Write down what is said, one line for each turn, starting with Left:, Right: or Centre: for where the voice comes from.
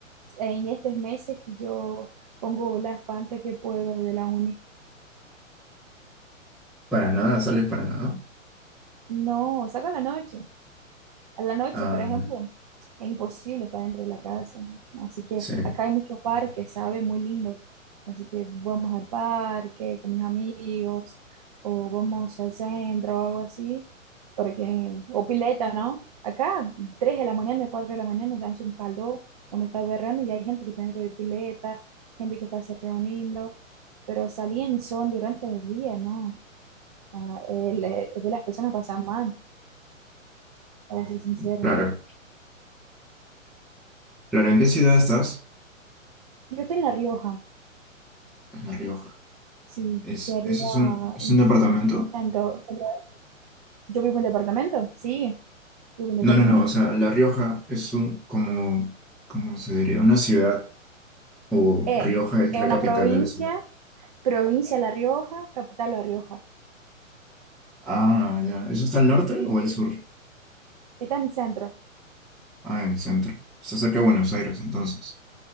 Right: En estos meses que yo pongo las fantas que puedo de la uni.
Centre: Para nada, sales para nada.
Right: No, salgo en la noche. a la noche,
Centre: Ah,
Right: por ejemplo,
Centre: no.
Right: es imposible estar dentro de la casa. Así que
Centre: sí,
Right: acá hay muchos parques, ¿sabes? Muy lindos. Así que vamos al parque con mis amigos, o vamos al centro o algo así, porque, o pileta, ¿no? Acá, 3 de la mañana, 4 de la mañana, dan un calor, uno está berrando y hay gente que está dentro de pileta, gente que está se reuniendo, pero salir en sol durante el día, ¿no? Ah, el, el de las personas pasa mal, para ser sincero.
Centre: claro. Claro, ¿en qué ciudad estás?
Right: Yo estoy en La Rioja,
Centre: En La Rioja.
Right: Sí,
Centre: ¿Es,
Right: sería
Centre: ese es un, es
Right: un
Centre: un departamento?
Right: centro. sería- Yo vivo en departamento, sí, vivo en departamento.
Centre: No, no, no, o sea, La Rioja es un, como, ¿cómo se diría? Una ciudad, o
Right: Eh,
Centre: Rioja es
Right: es
Centre: la
Right: una
Centre: capital
Right: provincia,
Centre: de la ciudad.
Right: provincia La Rioja, capital La Rioja.
Centre: Ah, ya, ¿eso está al norte
Right: Sí,
Centre: o al
Right: sí.
Centre: sur?
Right: Está en el centro.
Centre: Ah, en el centro. Está cerca de Buenos Aires, entonces.